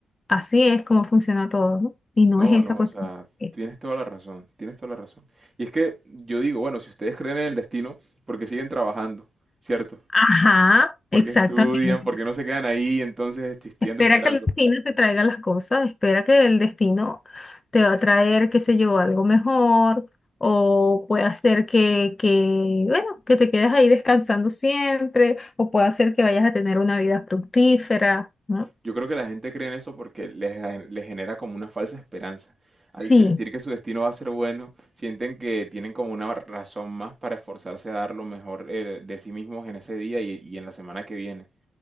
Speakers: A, on the left (about 35°); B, on the right (about 25°).
A: así es como funciona todo, ¿no? Y no
B: No,
A: es esa
B: no,
A: cuestión.
B: o sea,
A: Eh,
B: tienes toda la razón, tienes toda la razón. Y es que yo digo, bueno, si ustedes creen en el destino, porque siguen trabajando, ¿cierto?
A: Ajá,
B: Porque
A: exactamente.
B: estudian, porque no se quedan ahí entonces existiendo,
A: Espera
B: esperando.
A: que el destino te traiga las cosas, espera que el destino te va a traer, qué sé yo, algo mejor o puede hacer que, que, bueno, que te quedes ahí descansando siempre o puede hacer que vayas a tener una vida fructífera, ¿no?
B: Yo creo que la gente cree en eso porque les, gen- les genera como una falsa esperanza. Al
A: Sí,
B: sentir que su destino va a ser bueno, sienten que tienen como una razón más para esforzarse a dar lo mejor eh, de sí mismos en ese día y, y en la semana que viene.